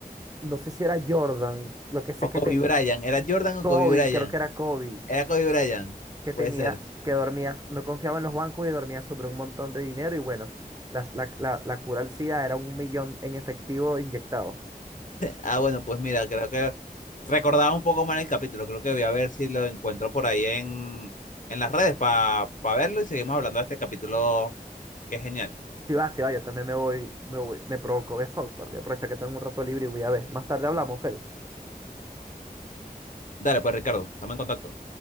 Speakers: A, on the right (about 25°); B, on the left (about 55°).
A: no sé si era Jordan, lo que sé
B: o
A: es que
B: Kobe
A: ten-
B: Bryant. ¿Era Jordan o
A: Kobe,
B: Kobe Bryant?
A: creo que era Kobe,
B: Era Kobe Bryant,
A: que
B: puede
A: tenía,
B: ser.
A: que dormía, no confiaba en los bancos y dormía sobre un montón de dinero y bueno, las- la, la, la cura al SIDA era un millón en efectivo inyectado.
B: Ah, bueno, pues mira, creo que recordaba un poco mal el capítulo. Creo que voy a ver si lo encuentro por ahí en, en las redes para verlo y seguimos hablando de este capítulo que es genial.
A: Si va, si va, yo también me voy, me voy, me provocó ver South Park. Voy a aprovechar que tengo un rato libre y voy a ver. Más tarde hablamos, Félix.
B: Dale, pues Ricardo, estamos en contacto.